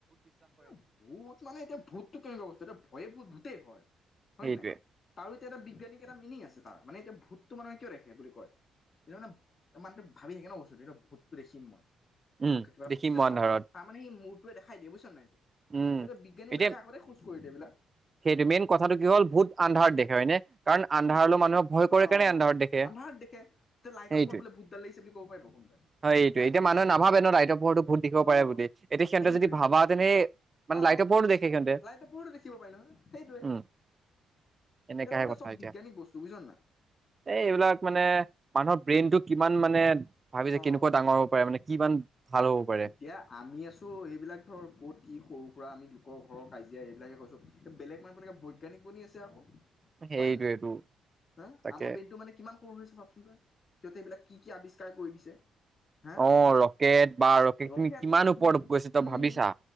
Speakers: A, on the left; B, on the right.
A: এ ভূত মানে এতিয়া ভূতটো কেনেকুৱা বস্তু এতিয়া ভয়ে ভূত ভূতেই হয়, হয়
B: সেইটোৱে
A: নে নাই, তাৰো এতিয়া এটা বিজ্ঞানিক এটা মিনিং আছে। তাৰ, মানে এতিয়া ভূতটো মানে মানুহে কিয় দেখে বুলি কয়? কিন্ত মানে, মানহে ভাবি থাকে ন বস্তুটো এতিয়া ভূতটো দেখিম মই। মই
B: উম
A: এনেকোৱা কিবা
B: দেখিম
A: বস্তু
B: মই
A: দেখাব
B: আন্ধাৰত
A: পাৰো, তাৰ মানে ই মো তই দেখাই দিয়া বুজছ নাই ত
B: উম
A: এতিয়া বিজ্ঞানী
B: এতিয়া
A: বিলাক আগতে খোজ কৰি দেিয় এইবিলাক <unintelligible>
B: সেইটো মেইন কথাটো কি হ'ল ভূত আন্ধাৰ দেখে হয় নে কাৰণ
A: উম
B: আন্ধাৰলৈ মানুহে ভয় কৰে
A: অ অ'
B: কাৰণে আন্ধাৰত
A: অ'
B: দেখে
A: আন্ধাৰত দেখে তে লাইটৰ
B: এইটোৱে
A: পোহৰত বোলে ভূত ডাল লাগিছে বুলি ক'ব পাৰিব কোনোবাই
B: হয় এইটোৱে
A: হে
B: এতিয়া মানুহে নাভাবে ন অ <unintelligible> ভুত দেখিব
A: অ
B: পাৰে বুলি এতিয়া সিহঁতে
A: সেইটোৱেটো
B: যদি ভাবা
A: কথা
B: তেনে মানে
A: অ
B: লাইটৰ পোহৰতো দেখে সিহঁতে
A: লাইটৰ পোহৰতো দেখিব পাৰিলে হয় সেইটোৱে
B: উম এনেকাহে
A: এইবিলাক মানে
B: কথা
A: চব
B: এতিয়া
A: বিজ্ঞানিক বস্তু বুজিছ নাই
B: এই এইবিলাক মানে মানুহ ব্ৰেইনটো কি কিমান মানে ভাবিছে কেনেকুৱা
A: অ
B: ডাঙৰ হ'ব পাৰে মানে কিমান ভাল হ'ব পাৰে
A: এতিয়া আমি আছো এইবিলাক ধৰ ক'ত কি সৰু বা আমি লোকক ঘৰ কাজিয়া এইবিলাকে কৈছো এই বেলেগ মানুহবিলাকে বৈজ্ঞানিক বনি আছে আক
B: সেইটোৱেটো
A: হয় নাই হা
B: তাকে
A: আমাৰ ব্ৰেইনটো মানে কিমান ভাবচোন তই সিহতে এইবিলাক কি কি আৱিষ্কাৰ কৰি দিছে হা
B: অ ৰকেট বাৰ তুমি
A: ৰকেট
B: <unintelligible> কিমান ওপৰত
A: উম
B: গৈছা তই
A: উম
B: ভাবিছা